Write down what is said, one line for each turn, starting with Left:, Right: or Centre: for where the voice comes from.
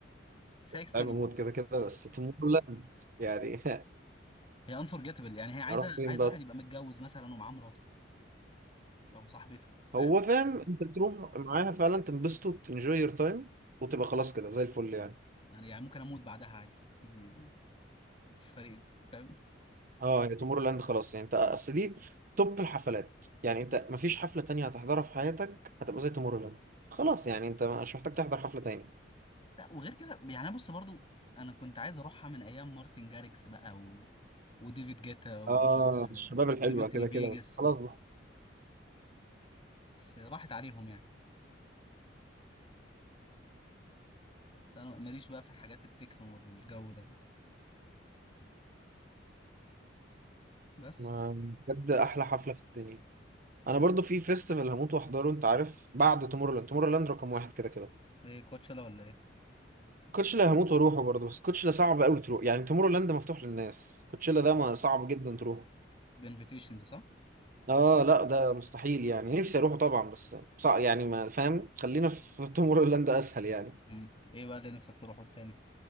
Left: بس هي اكسبيرينس
Right: تعب موت كده كده بس تومورلاند يعني <laughs>
Left: هي انفورجيتبل يعني هي عايزه
Right: هروح فين
Left: عايزه
Right: بقى
Left: واحد يبقى متجوز مثلا ومعاه مراته او صاحبته فاهم
Right: هو فاهم انت تروح معاها فعلا تنبسطوا تنجوي يور تايم وتبقى خلاص كده زي الفل يعني
Left: يعني يعني ممكن اموت بعدها عادي مش فارق لي، فاهم
Right: اه هي تومورو لاند خلاص يعني انت اصل دي توب الحفلات يعني انت مفيش حفلة تانية هتحضرها في حياتك هتبقى زي تومورو لاند خلاص يعني انت مش محتاج تحضر حفلة تاني
Left: لا وغير كده يعني بص برضو انا كنت عايز اروحها من ايام مارتن جاريكس بقى و... وديفيد جيتا و...
Right: اه الشباب
Left: وديمتري
Right: الحلوة كده
Left: فيجاس
Right: كده بس خلاص بقى
Left: بس راحت عليهم يعني بس انا ماليش بقى في الحاجات التكنو والجو ده يعني. بس
Right: ما- بجد احلى حفلة في الدنيا انا برضو في فيستيفال هموت واحضره انت عارف بعد تومورو لاند تومورو لاند رقم واحد كده كده
Left: ايه كوتشالا ولا ايه
Right: كوتشيلا هموت واروحه برضه بس كوتشيلا صعب قوي تروح يعني تومورو لاند مفتوح للناس كوتشيلا ده ما صعب جدا تروحه
Left: بانفيتيشنز صح
Right: اه لا ده مستحيل يعني نفسي اروحه طبعا بس صعب يعني ما فاهم خلينا في <laughs> تومورو لاند اسهل يعني
Left: مم. ايه بقى اللي نفسك تروحه التاني